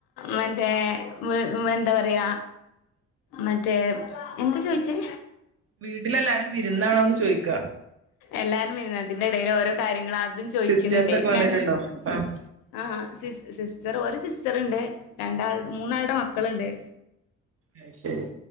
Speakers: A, on the left; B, on the right.
A: മറ്റേ മ് മ് എന്താ പറിയാ മറ്റേ എന്ത് ചോയിച്ചേ
B: വീട്ടിലെല്ലാരും വിരുന്നാണോന്ന് ചോയിക്ക
A: എല്ലാരും വരുന്ന അതിന്റെ ഇടയില് ഓരോ കാര്യങ്ങള് അതും ചോയിക്കുന്ന്ണ്ടേ
B: സിസ്റ്റേഴ്സ് ഒക്കെ വന്നിട്ടുണ്ടോ
A: ഞാനും
B: ആഹ്
A: ആഹ് സിസ് സിസ്റ്റർ ഒരു സിസ്റ്ററ്ണ്ട് രണ്ടാൾ മൂന്നാൾടെ മക്കള്ണ്ട്
B: അത് ശരി